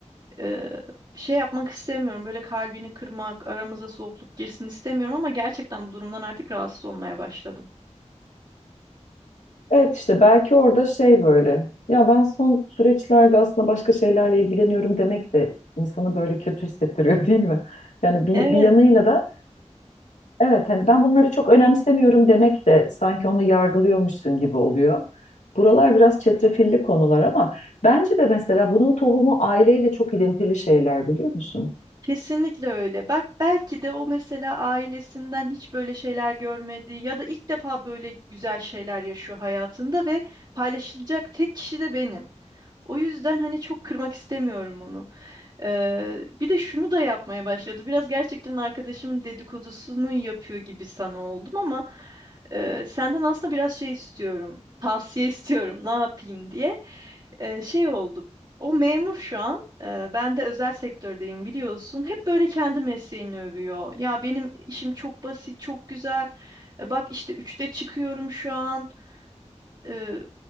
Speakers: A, on the right; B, on the left.
A: e, şey yapmak istemiyorum. Böyle kalbini kırmak, aramıza soğukluk girsin istemiyorum ama gerçekten bu durumdan artık rahatsız olmaya başladım.
B: evet işte belki orada şey böyle. Ya ben son süreçlerde aslında başka şeylerle ilgileniyorum demek de insanı böyle kötü hissettiriyor <laughs> değil mi? Yani bir,
A: Evet,
B: bir yanıyla da evet hani ben bunları çok önemsemiyorum demek de sanki onu yargılıyormuşsun gibi oluyor. Buralar biraz çetrefilli konular ama bence de mesela bunun tohumu aileyle çok ilintili şeyler biliyor musun?
A: kesinlikle öyle. Bak belki de o mesela ailesinden hiç böyle şeyler görmedi ya da ilk defa böyle güzel şeyler yaşıyor hayatında ve paylaşılacak tek kişi de benim. O yüzden hani çok kırmak istemiyorum onu. Ee, bir de şunu da yapmaya başladı. Biraz gerçekten arkadaşımın dedikodusunu yapıyor gibi sana oldum ama e, senden aslında biraz şey istiyorum. Tavsiye <laughs> istiyorum ne yapayım diye. Ee, şey oldu. O memur şu an. e, ben de özel sektördeyim biliyorsun. Hep böyle kendi mesleğini övüyor. Ya benim işim çok basit, çok güzel. E, bak işte üçte çıkıyorum şu an e,